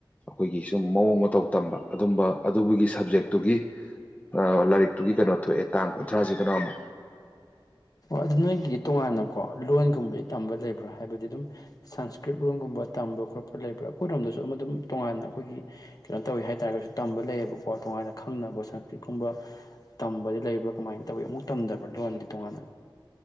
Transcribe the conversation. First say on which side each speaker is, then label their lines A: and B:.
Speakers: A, on the left; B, on the left.
A: ꯑꯈꯣꯏꯒꯤ ꯁꯨꯝ ꯃꯑꯣꯡ ꯃꯇꯧ ꯇꯝꯕ꯫ ꯑꯗꯨꯝꯕ ꯑꯗꯨꯕꯨꯒꯤ ꯁꯕꯖꯦꯛꯇꯨꯒꯤ ꯑꯥ ꯂꯥꯏꯔꯤꯛꯇꯨꯒꯤ ꯀꯩꯅꯣ ꯊꯣꯛꯑꯦ ꯇꯥꯡ ꯀꯨꯟꯊ꯭ꯔꯥꯁꯤꯗꯅ ꯑꯃꯨꯛ꯫
B: ꯑꯗꯨ ꯅꯣꯏꯒꯤ ꯇꯣꯉꯥꯟꯅꯀꯣ ꯂꯣꯟꯒꯨꯝꯕꯗꯤ ꯇꯝꯕ ꯂꯩꯕ꯭ꯔꯥ ꯍꯥꯏꯕꯗꯤ ꯑꯗꯨꯝ ꯁꯪꯁꯀ꯭ꯔꯤꯠ ꯂꯣꯟꯒꯨꯝꯕ ꯇꯝꯕ ꯈꯣꯠꯄ ꯂꯩꯕ꯭ꯔꯥ ꯑꯩꯈꯣꯏꯔꯣꯝꯗꯁꯨ ꯑꯃ ꯑꯗꯨꯝ ꯇꯣꯉꯥꯟꯅ ꯑꯈꯣꯏꯒꯤ ꯀꯩꯅꯣ ꯇꯧꯋꯤ ꯍꯥꯏꯇꯥꯥꯔꯒꯁꯨ ꯇꯝꯕ ꯂꯩꯌꯦꯕꯀꯣ ꯇꯣꯉꯥꯏꯅ ꯈꯪꯅꯕ ꯁꯟꯁꯀ꯭ꯔꯤꯠꯀꯨꯝꯕ ꯇꯝꯕꯗꯤ ꯂꯩꯕ꯭ꯔꯥ ꯀꯃꯥꯏꯅ ꯇꯧꯋꯤ ꯑꯃꯨꯛ ꯇꯝꯗꯕ꯭ꯔꯥ ꯂꯣꯟꯗꯤ ꯇꯣꯉꯥꯟꯅ?